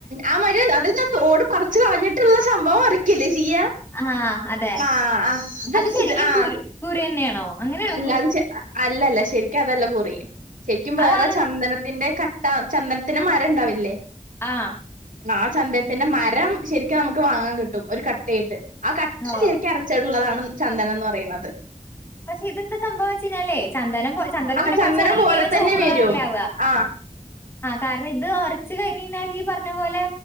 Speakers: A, on the right; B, on the left.
A: ആ മര് അത് തോട് പറച്ച് കളഞ് സഭവം ഒരക്കെല്ലേ ചെയ്യാ
B: ആ അതെ
A: ആ ആ അതരച്ചിട്ട്
B: അത് ശരിക്കും
A: ആ
B: കുരു കുറി തന്നെയാണോ അങ്ങനെയാണോ
A: അല്ല അത് അല്ലല്ല ശരിക്കും അതെല്ല കുറി ശരിക്കും വേറെ
B: അതാണ്ന്ന്
A: ചന്ദനത്തിന്റെ ക ചന്ദനത്തിന് മരം ഉണ്ടാവില്ലേ
B: ആ
A: ആ ചന്ദനത്തിന്റെ മരം ശരിക്കും നമുക്ക് വാങ്ങാൻ കിട്ടും ഒരു കട്ടയിട്ട് ആ കട്ട
B: ഓഹ്.
A: ശരിക്ക അരച്ചിടുള്ളതാണ് ചന്ദന എന്ന് പറയുന്നത്
B: ഇത് പിന്നെ ന്താ സംഭവം എന്ന് വെച്ചാലേ ചന്ദനം ചന്ദനം
A: ആ
B: പിന്നെ കുറച്ച് ഉണങ്ങിക്കഴഞ്ഞാ
A: പോലെ
B: ചുവപ്പ്
A: തന്നെ
B: കളറല്ലാവുക
A: വരും ആ
B: ആ കാരണം ഇത് ഒറച്ച് കഴിഞ്ഞഞ് കഴിഞ്ഞാൽ ഈ പറഞ്ഞ പോലെ